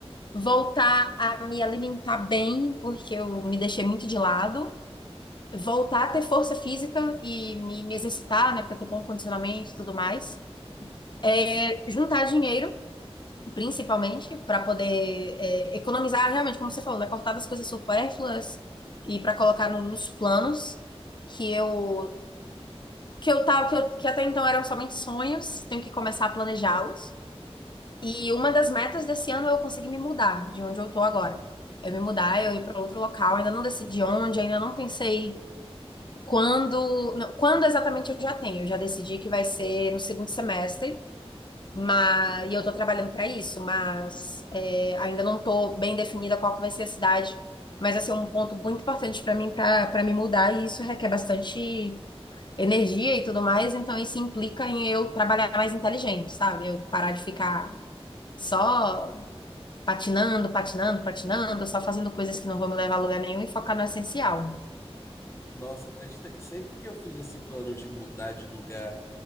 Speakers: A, on the left (about 45°); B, on the left (about 25°).
A: voltar a me alimentar bem, porque eu me deixei muito de lado, voltar a ter força física e me, me exercitar, né, para ter bom condicionamento e tudo mais. É, juntar dinheiro principalmente, para poder é, economizar, realmente, como você falou, né? Cortar das coisas supérfluas e para colocar no- nos planos que eu que eu tava que, eu- que até então eram somente sonhos, tenho que começar a planejá-los. E uma das metas desse ano é eu conseguir me mudar de onde eu tô agora. Eu me mudar, eu ir para outro local, ainda não decidi onde, ainda não pensei quando, não, quando exatamente eu já tenho. Eu já decidi que vai ser no segundo semestre mas, e eu estou trabalhando para isso, mas é, ainda não estou bem definida qual que vai ser a cidade. Mas assim, é um ponto muito importante para mim para para me mudar, e isso requer bastante energia e tudo mais, então isso implica em eu trabalhar mais inteligente, sabe? Eu parar de ficar só patinando, patinando, patinando, só fazendo coisas que não vão me levar a lugar nenhum e focar no essencial.
B: Nossa, acredita que sempre que eu fiz esse plano de mudar de lugar